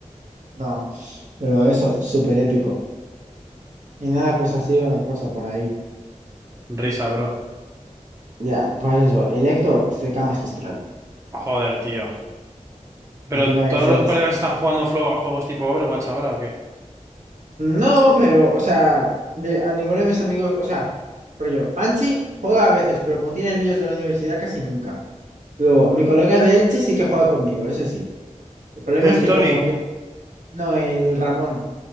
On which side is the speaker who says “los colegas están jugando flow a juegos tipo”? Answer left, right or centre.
Right